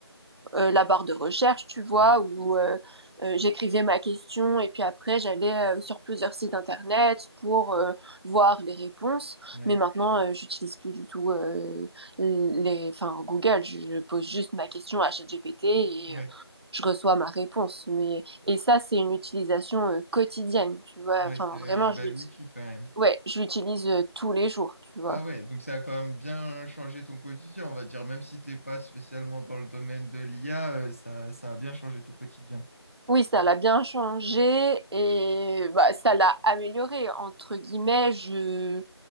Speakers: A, on the right; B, on the left.
A: euh, la barre de recherche, tu vois,
B: Ouais,
A: où euh, euh, j'écrivais ma question et puis après j'allais euh, sur plusieurs sites internet pour euh, voir les réponses.
B: ouais,
A: Mais maintenant, euh, j'utilise plus du tout euh, les, enfin, Google. Je, je pose juste ma question à ChatGPT et
B: ouais.
A: euh, je reçois ma réponse. Mais et ça, c'est une utilisation euh, quotidienne, tu vois.
B: Ouais,
A: Enfin,
B: c'est
A: vraiment,
B: un bel
A: je l'utilise,
B: outil quand même.
A: ouais, je l'utilise euh, tous les jours, tu vois.
B: Ah ouais, donc ça a quand même bien changé ton quotidien, on va dire. Même si t'es pas spécialement dans le domaine de l'IA, euh, ça, ça a bien changé ton quotidien.
A: Oui, ça l'a bien changé et bah, ça l'a amélioré, entre guillemets. Je...